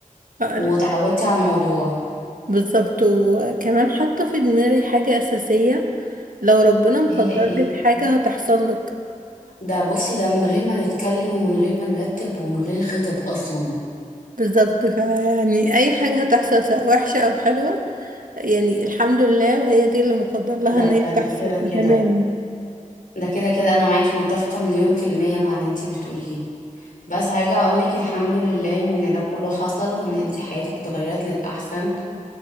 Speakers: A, on the right; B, on the left.
A: آه،
B: وتعودتي
A: لا
B: على الموضوع
A: بالظبط وكمان حاطة في دماغي حاجة أساسية لو ربنا مقدر
B: هي ايه
A: لك حاجة هتحصل لك
B: ده بصي ده من غير ما نتكلم ومن غير ما نرتب ومن غير خطط أصلا
A: بالظبط فيعني أي حاجة هتحصل سواء وحشة أو حلوة يعني الحمد لله وهي دي اللي مقدر لها
B: ده
A: ان هي
B: ده
A: تحصل
B: ده كده
A: فتمام
B: كده ده كده كده انا معاكي متفقة مليون في المية مع اللي انتي بتقوليه بس هرجع اقولك الحمد لله ان ده كله حصل وان انتي حياتك اتغيرت للاحسن